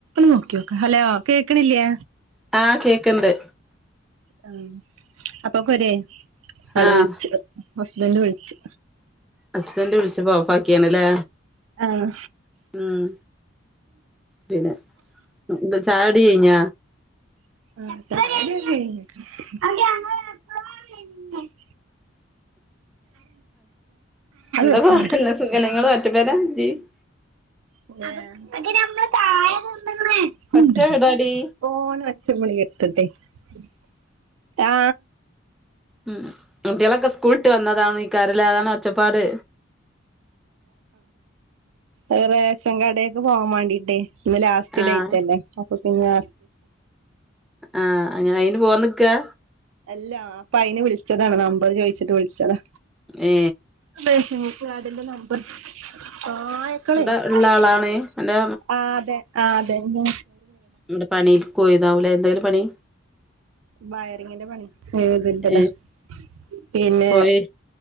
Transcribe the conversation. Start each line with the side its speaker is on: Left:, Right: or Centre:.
Right: നോക്ക്യോകാ ഹലോ കേക്ക്ണില്ലേ?
Centre: ആഹ് കേക്ക്ണ്ട്.
Right: ആഹ് അപ്പക്കൊരേ ആള്
Centre: ആഹ്
Right: വിളിച്ചു. ഹസ്ബന്റ് വിളിച്ചു.
Centre: ഹസ്ബൻഡറ് വിളിച്ചപ്പോ ഓഫാക്കിയണ്ല്ലേ?
Right: ആഹ്
Centre: ഉം. പിന്നെ ന്താ ചായകുടി കഴിഞ്ഞ?
Right: <inaudible>
Centre: എന്താ
Right: ഒക്കെ
Centre: പട് <unintelligible> <unintelligible>
Right: <unintelligible>
Centre: ഒറ്റ വീടാടി
Right: <unintelligible> ആ
Centre: ഉം കുട്ടികളൊക്കെ സ്കൂളിട്ട് വന്നതാണ് എയ്ക്കാരം അല്ലെ? അതാണ് ഒച്ചപ്പാട്.
Right: ആ റേഷൻ കടെക്ക് പോവാൻ വേണ്ടിട്ടെ. ഇന്ന് ലാസ്റ്റ്
Centre: ആഹ്
Right: ഡേറ്റ് അല്ലേ അപ്പൊ പിന്നെ
Centre: ആഹ് അങ്ങനെ അയിന് പോവാ നിക്കാ?
Right: അല്ലാ അപ്പൊ അയിന് വിളിച്ചതാണ് നമ്പർ ചോദിച്ചിട്ട് വിളിച്ചതാ.
Centre: ഏ.
Right: <unintelligible>
Centre: ഇവിടെ ഉള്ള ആളാണ് അന്റെ
Right: അതെ ആ അതന്നെ.
Centre: അന്റെ പണിൽക്ക് പോയത്താവൂ ലേ <unintelligible> പണി?
Right: വയറിങ്ങിന്റെ പണി <unintelligible>
Centre: ഏഹ്
Right: പിന്നെ
Centre: പോയി